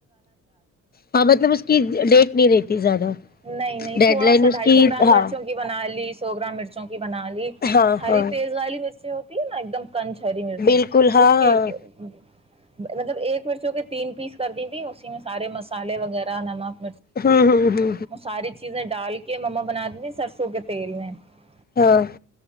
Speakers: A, on the left; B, on the right.
A: ہاں مطلب اس کی ڈیٹ نہیں رہتی زیادہ <unintelligible>
B: نہیں نہیں
A: ڈیڈ
B: تھوڑا
A: لائن
B: سا
A: اس
B: ڈھائی
A: کی
B: سو گرام
A: ہاں
B: مرچوں کی بنا لی سو گرام مرچوں کی بنا لی
A: ہاں
B: ہری
A: ہاں
B: تیز والی <unintelligible> سے ہوتی ہے نا ایک دم <unintelligible> کنچری مرچیں
A: بالکل ہاں
B: اس کے <unintelligible> مطلب ایک مرچوں کے تین پیس کر دی تیں اسی میں سارے مسالے وغیرہ نمک <unintelligible>
A: ہاں ہاں ہاں <unintelligible>
B: وہ ساری چیزیں <unintelligible> ڈال کے مما بنا دیی سرسوں کے تیل میں <unintelligible>
A: ہاں <unintelligible>